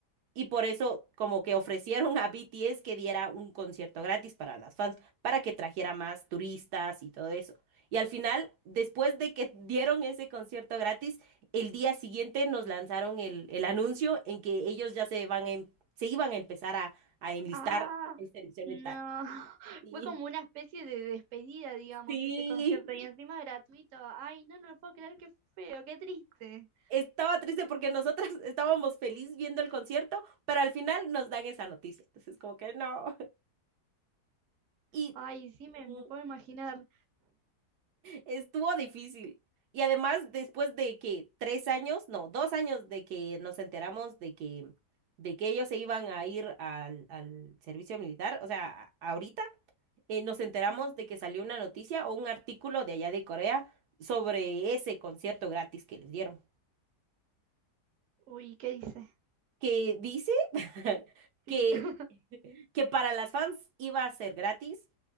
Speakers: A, on the right; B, on the right.
A: Y por eso como que ofrecieron a BTS que diera un concierto gratis para las fans, para que trajera más turistas y todo eso. Y al final, después de que dieron ese concierto gratis, el día siguiente nos lanzaron el, el anuncio en que ellos ya se van a em- se iban a empezar a, a enlistar
B: Ah,
A: en servicio
B: no.
A: mental.
B: <laughs>
A: Sí,
B: Fue como una especie de despedida, digamos,
A: sí.
B: ese concierto. Y encima gratuito. Ay, no, no lo puedo creer, qué feo, qué triste.
A: Estaba triste porque nosotras <laughs> estábamos feliz viendo el concierto, pero al final nos dan esa noticia. Entonces, como que no. <laughs> Y
B: Ay, sí, me,
A: ujú.
B: me puedo imaginar.
A: Estuvo difícil. Y además, después de que tres años, no, dos años de que nos enteramos de que, de que ellos se iban a ir al, al servicio militar, o sea, a- ahorita eh, nos enteramos
B: Mm,
A: de que salió una noticia o un artículo de allá de Corea sobre ese concierto gratis que les dieron,
B: Uy, ¿qué dice?
A: que dice <laughs> que
B: Sí. <laughs>
A: que para las fans iba a ser gratis,